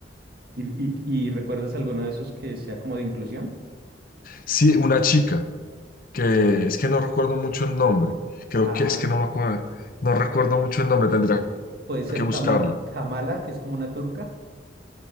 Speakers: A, on the right; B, on the left.
A: ¿Y, y, y recuerdas alguno de esos que sea como de inclusión?
B: Sí, una chica, que es que no recuerdo mucho el nombre. Creo
A: Ah.
B: que es que no me acuerdo, no recuerdo mucho el nombre, tendría
A: Pu- Puede ser
B: que buscarla,
A: Kamal- Kamala, que es como una turca.